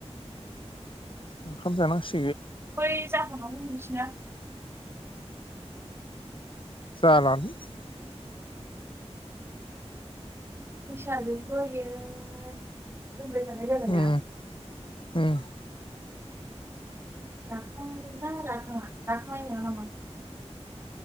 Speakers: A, on the left; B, on the right.
A: ओंखाम जानांसिगोन।
B: <inaudible>
A: <inaudible>
B: <inaudible>
A: उम उम
B: <inaudible>